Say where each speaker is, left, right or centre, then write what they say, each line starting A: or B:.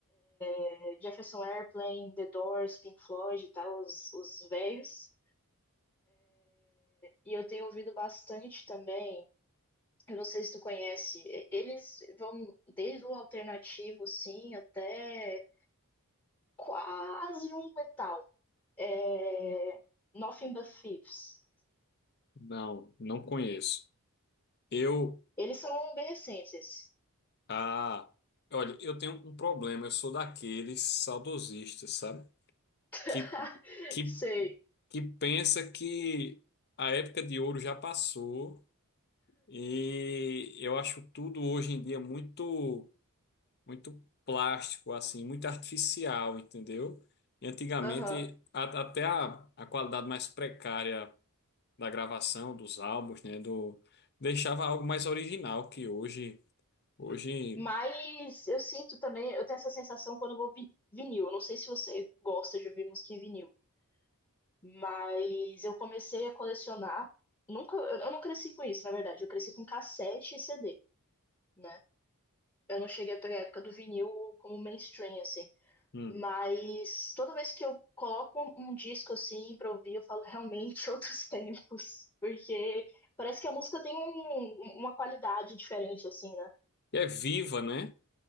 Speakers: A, on the left; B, on the left.
A: é, Jefferson Airplane, The Doors, Pink Floyd e tal, os, os velhos. E eu tenho ouvido bastante também. Eu não sei se tu conhece. e- Eles vão desde o alternativo, sim, até quase um metal. É... Nothing But Thieves.
B: Não, não conheço. Eu,
A: Eles são bem recentes. esses.
B: ah, olha, eu tenho um problema, eu sou daqueles saudosistas, sabe?
A: <laughs>
B: Que, que
A: Sei.
B: que pensa que a época de ouro já passou e eu acho tudo hoje em dia muito muito plástico assim, muito artificial, entendeu? E antigamente
A: Aham.
B: a- até a, a qualidade mais precária da gravação dos álbuns, né, do deixava algo mais original que hoje hoje
A: Mas eu sinto também, eu tenho essa sensação quando eu vou vi vinil. Eu não sei se você gosta de ouvir música em vinil. Mas eu comecei a colecionar. Nunca, eu eu não cresci com isso, na verdade. Eu cresci com cassete e CD, né? Eu não cheguei a pegar a época do vinil como mainstream, assim.
B: hum,
A: Mas toda vez que eu coloco um, um disco assim pra ouvir, eu falo realmente <laughs> outros tempos. Porque parece que a música tem um- um, uma qualidade diferente, assim, né?
B: é viva, né?